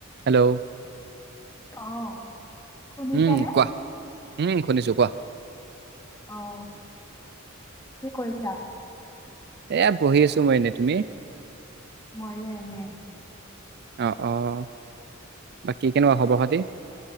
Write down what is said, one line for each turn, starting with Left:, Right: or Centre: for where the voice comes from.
Right: Hello.
Left: অহ শুনিছানে?
Right: উম, কোৱা উম, শুনিছো কোৱা ।
Left: অহ কি কৰিছা ।
Right: এহ বহি আছো মই এনেই তুমি ।
Left: ময়ো এনে ।
Right: অ'-অ'বাকি কেনেকুৱা খবৰ-খাতি ।